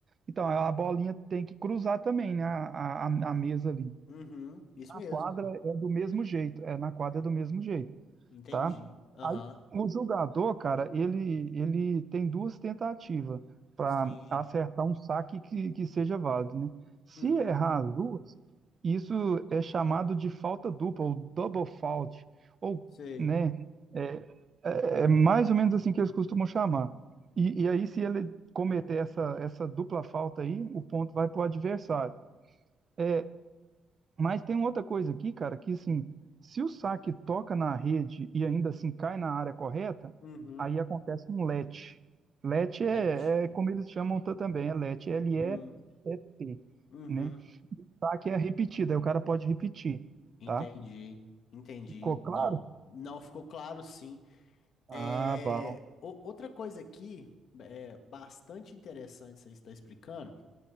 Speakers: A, on the right (about 40°); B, on the left (about 65°).
A: Então, a bolinha tem que cruzar também, né? A, a, a mesa ali.
B: Uhum. Isso
A: Na
B: mesmo.
A: quadra é do mesmo jeito. É, na quadra é do mesmo jeito.
B: Entendi.
A: tá?
B: Aham.
A: Aí o jogador, cara, ele, ele tem duas tentativas para
B: Sim.
A: acertar um saque que, que seja válido, né? Se
B: Uhum.
A: errar as duas, isso é chamado de falta dupla, ou double fault, ou,
B: Sei.
A: né? É, é, é mais ou menos assim que eles costumam chamar. E, e aí, se ele cometer essa, essa dupla falta aí, o ponto vai para o adversário. É, mas tem outra coisa aqui, cara, que assim, se o saque toca na rede e ainda assim cai na área correta,
B: Uhum.
A: aí acontece um let. Let
B: Let.
A: é, é como eles chamam ta- também, é let, L-E-T,
B: Hum. Uhum.
A: né? Saque é repetida, aí o cara pode repetir,
B: Entendi.
A: tá?
B: Entendi.
A: Ficou claro?
B: Não, não ficou claro, sim.
A: Ah,
B: É,
A: bom.
B: o- outra coisa aqui, é bastante interessante, você está explicando.